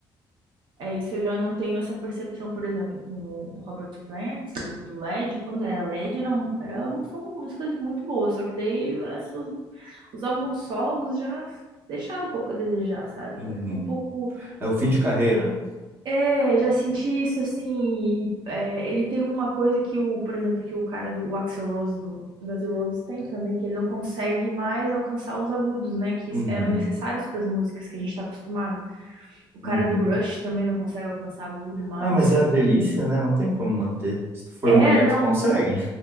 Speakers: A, on the right; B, on the right.
A: É isso, eu já não tenho essa percepção, por exemplo, com o Robert Plant, do, do LED, quando era LED, eram, eram, são músicas muito boas, só que daí as, os, os álbuns solos já deixaram um pouco a desejar, sabe?
B: Uhum.
A: Já ficou um pouco.
B: É o fim de carreira. né?
A: É, já senti isso assim. e, é, ele tem uma coisa que o, por exemplo, que o cara do o Axl Rose do Guns N' Roses tem também, que ele não consegue mais alcançar os agudos, né? Que
B: Uhum,
A: eram necessários para as músicas que a gente está acostumado. O cara
B: uhum.
A: do Rush também não consegue alcançar agudo mais,
B: Ah, mas
A: isso
B: é
A: é
B: a velhice, né? Não tem como manter. Se tu for
A: É,
B: mulher,
A: não,
B: tu consegue.